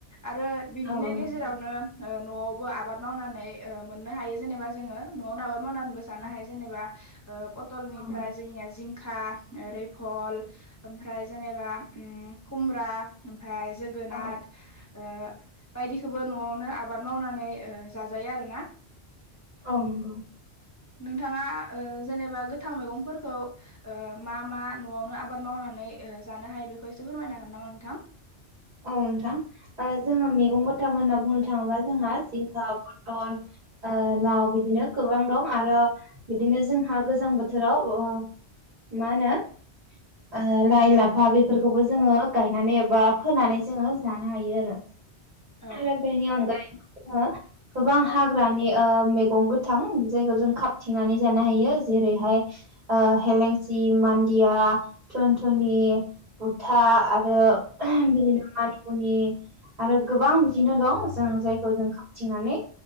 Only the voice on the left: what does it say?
आरो बिनिनो
गेजेरावनो
ओ न'आवबो आबाद मावनानै ओ मोननो हायो जेनेबा जोङो न'आवनो आबाद मावनानैबो जानो
हायो जेनेबा ओ पटलनिफ्राय
जोंनिया जिंखा, रैफल, ओमफ्राय जेनेबा उम खुमब्रा ओमफ्राय जोगोनार,
ओ बायदिखौबो न'आवनो आबाद मावनानै जाजायो आरोना
नोंथाङा ओ जेनेबा गोथां मैगंफोरखौ ओ मा मा न'आवनो आबाद मावनानै ओ जानो हायो बेखौ एसे फोरमायनो हागोन नामा नोंथां?
औ